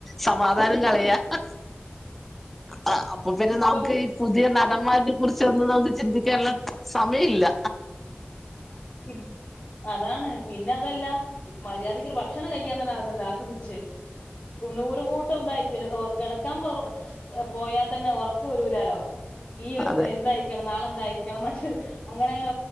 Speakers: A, in the centre; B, on the left.
A: സമാധാനം കളയാ അഹ് അപ്പ അപ്പൊക്കിന്
B: ഇപ്പം
A: നമ്ക്ക് ഈ പുതിയ ന സമ്മാൻത്തെ കുറിച്ചൊന്നും നമുക്ക് ചിന്തിക്കാനുള്ള സമയല്ല
B: ഇപ് അതാണ് പിന്നെ അതല്ല മര്യാദക്ക് ഒരു ഭക്ഷണം കഴിക്കാൻ തന്നെ ആകുന്നുണ്ടോ ആസ്വദിച്ച് കു നൂറ് കൂട്ടം ഇതായിരിക്കും <unintelligible> കെടക്കാൻ പറ പോയാ തന്നെ ഒർക്ക് വരൂലാലോ ഈ ഒരു
A: അതെ
B: എന്തായിരിക്കണം നാളെ എന്തായിരിക്കണം മറ്റ് അങ്ങനെ അങ്ങനെ